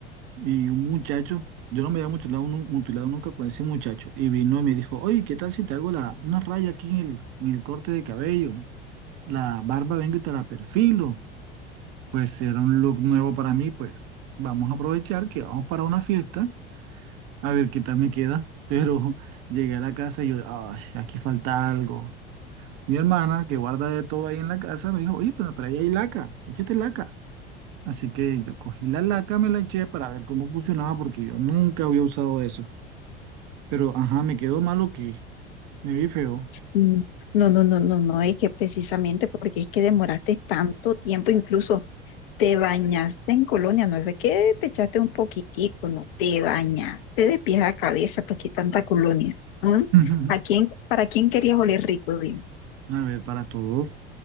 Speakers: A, on the right; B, on the left.
A: y un muchacho, yo no me había mutilado, nu- mutilado nunca con ese muchacho, y vino y me dijo, oye, ¿qué tal si te hago la, una raya aquí en el, en el corte de cabello? La barba vengo y te la perfilo Pues si era un look nuevo para mí, pues vamos a aprovechar que vamos para una fiesta, a ver qué tal me queda. Pero <laughs> llegué a la casa y yo, ay, aquí falta algo. Mi hermana, que guarda de todo ahí en la casa, me dijo, oye, pero, pero ahí hay laca, échate laca. Así que yo cogí la laca, me la eché para ver cómo funcionaba, porque yo nunca había usado eso. Pero, ajá, me quedó malo que me vi feo.
B: Mm, No, no, no, no, no, es que precisamente porque es que demoraste tanto tiempo, incluso. Te bañaste en colonia, no es de que te echaste un poquitico, no, te bañaste de pies a cabeza, pues qué tanta colonia. ¿Mm?
A: <laughs>
B: ¿A quién, para quién querías oler rico, dime?
A: A ver, para todos,